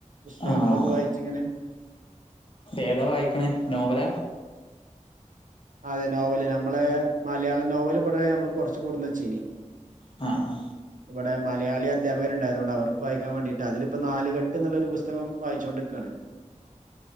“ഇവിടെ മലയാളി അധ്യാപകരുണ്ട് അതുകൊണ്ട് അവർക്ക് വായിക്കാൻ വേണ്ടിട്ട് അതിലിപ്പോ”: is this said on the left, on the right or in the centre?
Right